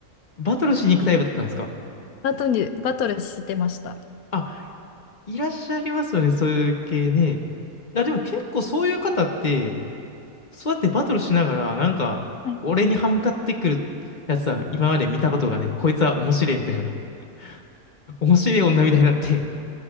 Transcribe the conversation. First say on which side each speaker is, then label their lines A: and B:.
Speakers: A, on the left; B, on the left.
A: バトルしに行くタイプだったんですか
B: バトに、バトルしてました。
A: あ、いらっしゃいますよね、そういう系ね。いや、でも結構そういう方って、そうやってバトルしながら、なんか、
B: はい。
A: 俺に歯向かってくるやつは今まで見たことがね、こいつは面白いみたいな、<laughs> 面白い女みたいになって